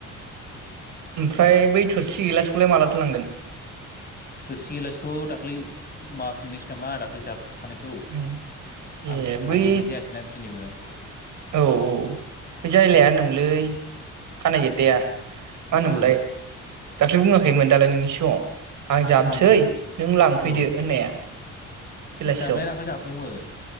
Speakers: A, on the right (about 75°); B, on the left (about 30°).
A: ओमफ्राय बै थोरसि गिलासखौलाय मालाथो लांगोन?
B: थोरसि गिलासखौ दाख्लै माफिनदोंसो नामा दाख्लै जाब खानायखौ
A: उम ए
B: आं
A: बै
B: थांनाय जायाखैना दिनैबो।
A: औ औ बे जायलाया नोंलै खानाय गेददाया मा होनोमोनलाय
B: औ
A: दाख्लै बुङाखैमोन दालाय नोंनि सिगाङाव आं जाबसै
B: मा होनदोंमोन
A: नों लांफैदो
B: औ
A: होन्नाया। बेलासियाव
B: जाबनाया दाख्लै जाबदोंमोन